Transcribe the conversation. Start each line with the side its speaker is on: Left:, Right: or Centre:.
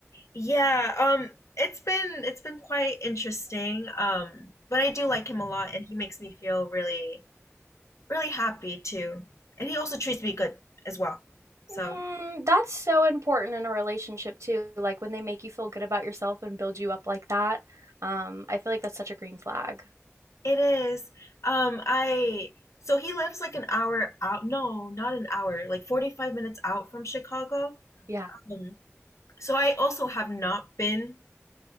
Left: Yeah, um, it's been it's been quite interesting. Um, but I do like him a lot, and he makes me feel really really happy too. And he also treats me good as well. So
Right: Mm, that's so important in a relationship too, like when they make you feel good about yourself and build you up like that. Um, I feel like that's such a green flag.
Left: It is. Um, I so he lives like an hour out. No, not an hour, like 45 minutes out from Chicago.
Right: Yeah.
Left: Um, so I also have not been,